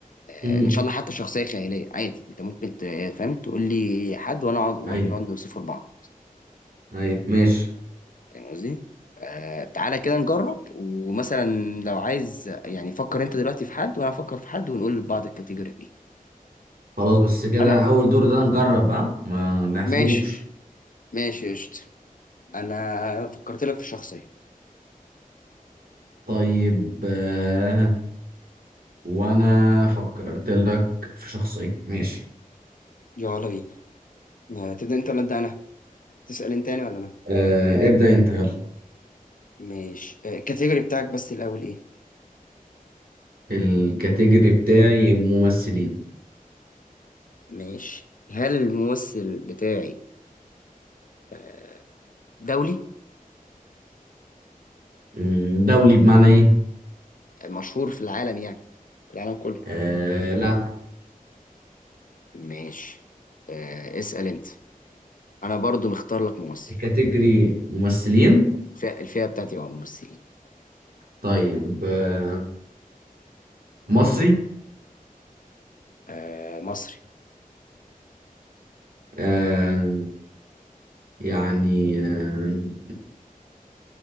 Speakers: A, on the left; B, on the right.
A: ان
B: امم
A: شاء الله حتى شخصيه خياليه عادي انت ممكن ت- فاهم تقول لي حد وانا اقعد واحنا
B: ايوه
A: نقعد نوصفه لبعض
B: ايوه ماشي
A: فاهم قصدي آه تعالى كده نجرب ومثلا لو عايز يعني فكر انت دلوقتي في حد وانا افكر في حد ونقول لبعض الكاتيجوري دي
B: خلاص بس كده
A: انا
B: اول دور ده نجرب ها ما نحسبوش
A: ماشي ماشي قشطة انا فكرت لك في شخصيه
B: طيب آه وانا فكرت لك في شخصية ماشي
A: يلا بينا آه، تبدا انت ولا ابدا انا تسال انت يعني ولا انا
B: آه ابدأ انت يلا
A: ماشي آه، الكاتيجوري بتاعك بس الاول ايه
B: الكاتيجوري بتاعي ممثلين
A: ماشي هل الممثل بتاعي آه، دولي
B: مم، دولي بمعنى ايه
A: مشهور في العالم يعني في العالم كله
B: آه لا
A: ماشي آه اسأل انت انا برضو مختار لك ممثل
B: كاتيجوري ممثلين
A: الفئة الفئة بتاعتي هو ممثلين
B: طيب آه، مصري
A: آه مصري
B: آه، يعني آه،